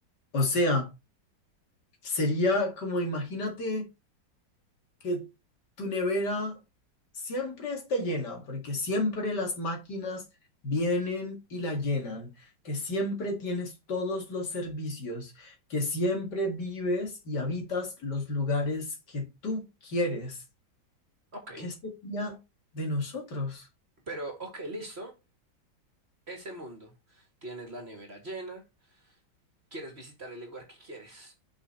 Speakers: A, on the left (about 60°); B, on the right (about 35°).
A: O sea, sería como imagínate que tu nevera siempre esté llena, porque siempre las máquinas vienen y la llenan, que siempre tienes todos los servicios, que siempre vives y habitas los lugares que tú quieres.
B: Ok,
A: ¿Qué sería de nosotros?
B: pero ok, listo. Ese mundo. Tienes la nevera llena, quieres visitar el lugar que quieres,